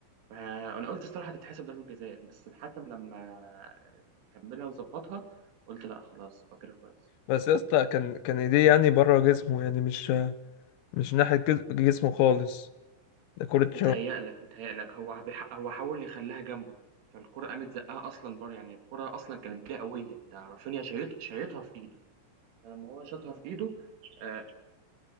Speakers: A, on the right (about 70°); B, on the left (about 85°).
A: فانا قلت الصراحه هتتحسب ضربه جزاء بس الحكم لما كملها وظبطها قلت لا خلاص هو كده كويس
B: بس يا اسطى كان كان ايديه يعني بره جسمه يعني مش مش ناحية جز- جسمه خالص ده كرة
A: متهيألك
B: شوط
A: متهيألك هو بيح... هو حاول يخليها جنبه فالكرة قامت زقها اصلا بره يعني الكرة اصلا كانت جايه قويه ده رافينيا شايط شايطها في ايده فلما هو شاطها في ايده اه,